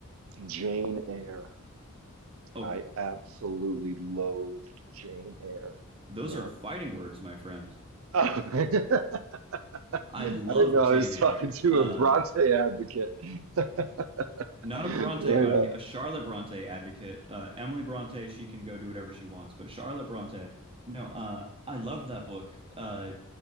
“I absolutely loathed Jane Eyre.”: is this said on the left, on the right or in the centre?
Right